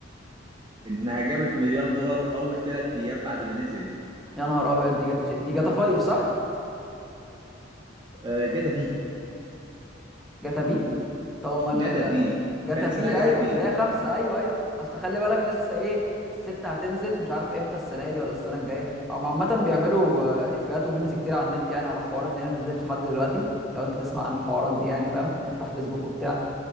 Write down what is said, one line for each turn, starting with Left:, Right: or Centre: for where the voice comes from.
Right: انها جابت مليار دولار اول ثلاث ايام بعد ما نزلت
Centre: يا نهار ابيض دي جا- دي جاتا 5 صح
Right: آه، جاتا في
Centre: جاتا بي طب امال
Right: جاتا في
Centre: جاتا
Right: كان اسمها
Centre: في
Right: جاتا
Centre: ايوه
Right: في
Centre: اللي هي خمسه ايوه ايوه اصل خلي بالك لسه ايه الستة هتنزل مش عارف امتى السنه دي ولا السنه الجايه او عامه بيعملوا آه، افيهات وميمز كتير على النت يعني على حوار ان هي ما نزلتش لحد دلوقتي لو انت تسمع عن الحوارات دي يعني فاهم تفتح فيسبوك وبتاع